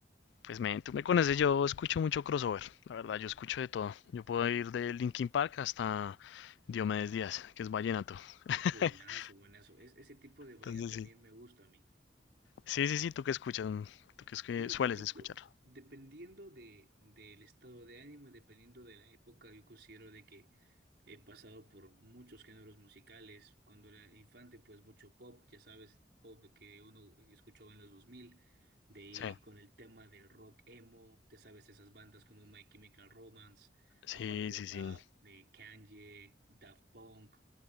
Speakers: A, on the left (about 75°); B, on the right (about 65°).
A: Pues, men, tú me conoces, yo escucho mucho crossover, la verdad, yo escucho de todo. Yo puedo ir de Linkin Park hasta Diomedes Díaz, que es vallenato. <laughs>
B: Buenazo, buenazo. Es, ese tipo de variedad
A: Entonces,
B: también
A: sí.
B: me gusta a mí.
A: Sí, sí, sí, tú que escuchas, mm, tú que, es que
B: Mira,
A: sueles
B: por ejemplo,
A: escuchar.
B: dependiendo de, del estado de ánimo y dependiendo de la época, yo considero de que he pasado por muchos géneros musicales. Cuando era infante, pues mucho pop, ya sabes, pop que uno escuchaba en los dos mil de ahí
A: Sí,
B: con el tema del rock emo, te sabes esas bandas como My Chemical Romance,
A: sí,
B: aparte
A: sí,
B: rap,
A: sí.
B: de Kanye, Daft Punk.